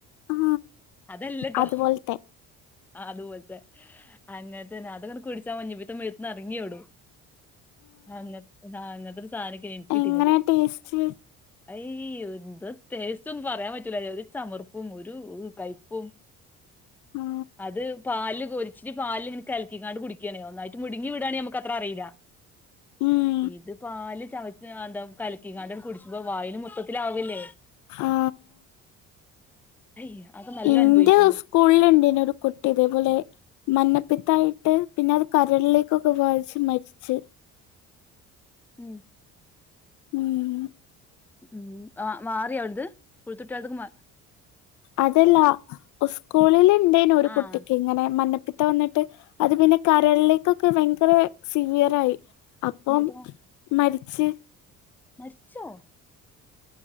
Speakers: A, on the left; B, in the centre.
A: ആ
B: അതല്ലട്ടോ
A: അതുപോലത്തെ
B: അതുപോലത്തെ അങ്ങനത്തെ തന്നെ അതങ്ങനെ കുടിച്ച മഞ്ഞപ്പിത്തം മേത്ത്ന്ന് ഇറങ്ങിയോടും ആ അങ്ങ ആഹ അങ്ങത്തൊരു സാധനൊക്കെയ എനിക്ക് കിട്ടിയിരുന്നത്
A: എങ്ങനെ ടേസ്റ്റ്
B: അയ്യ് എന്താ ടേസ്റ്റ് ഒന്നും പറയാൻ പറ്റൂല ഒരു ചമർപ്പും ഒരു കൈപ്പും
A: ആ
B: അത് പാലിൽ കൊരിച്ചിട്ട് പാലില് ഇങ്ങനെ കലക്കിങ്ങാട് കുടിക്ക ഒന്നായിട്ട് മുടുങ്ങി വീടാണെങ്കിൽ നമക്ക് അത്ര അറിയില്ല
A: ഉം
B: ഇത് പാല് ചവ <unintelligible> എന്താ കലക്കികാണ്ട് കുടിച്ചിക്കോ വായിലും മൊത്തത്തിലാവല്ലേ
A: ആ
B: അയ് അത് നല്ലോ
A: ഇന്റെ
B: അനുഭവിച്ചിണ്ട്
A: സ്കൂളിൽ ണ്ടായിരുന്നു ഒരു കുട്ടി ഇതേപോലെ മന്ന അപ്പത്തായിട്ട് പിന്നെ അത് കരളിലേക്കൊക്കെ വാദിച്ച് മരിച്ച്
B: ഉം
A: ഉം
B: ഉം ആ മാറിയോ ഓൽത് <unintelligible>
A: അതല്ല സ്കൂളിൽ ഉണ്ടായിരുന്നു ഒരു
B: ആഹ്
A: കുട്ടിക്ക് ഇങ്ങനെ മഞ്ഞപ്പിത്തം വന്നിട്ട് അത് പിന്നെ കരളിലേക്കൊക്കെ ഭയങ്കര സിവിയർ ആയി അപ്പം
B: എന്നിട്ടോ
A: മരി ച്ച്
B: മരിച്ചോ